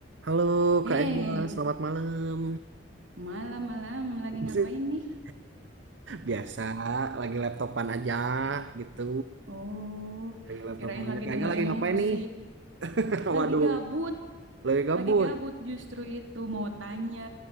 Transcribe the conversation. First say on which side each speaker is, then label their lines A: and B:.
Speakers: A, on the right; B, on the right.
A: Halo
B: Hei,
A: Kak Ega, selamat malam.
B: malam-malam lagi
A: <laughs>
B: ngapain nih?
A: Biasa, lagi laptopan aja gitu.
B: Oh,
A: Lagi laptopan
B: kirain
A: aja.
B: lagi
A: Kak
B: dengerin
A: Ega lagi ngapain
B: musik.
A: nih? <laughs>
B: Lagi
A: Waduh,
B: gabut,
A: lagi gabut.
B: lagi gabut justru itu mau tanya.